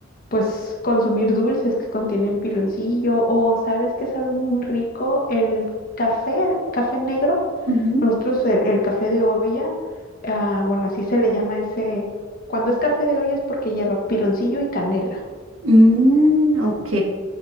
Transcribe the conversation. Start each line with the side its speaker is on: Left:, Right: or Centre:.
Left: pues consumir dulces que contienen piloncillo o, ¿sabes que sabe muy rico? El café, café negro.
Right: Ujú.
Left: Nosotros el, el café de olla, ah, bueno, así se le llama ese, cuando es café de olla es porque lleva piloncillo y canela.
Right: Mm, ok,